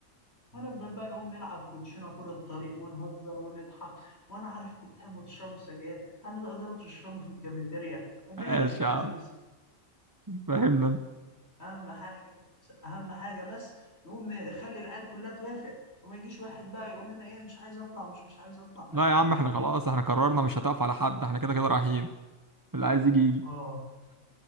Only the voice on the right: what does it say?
ايش
يا
عم فهمنا انت
لا
يا عم احنا
خلاص احنا قررنا مش هتقف على حد احنا كده كده رايحين اللي عايز يجي يجي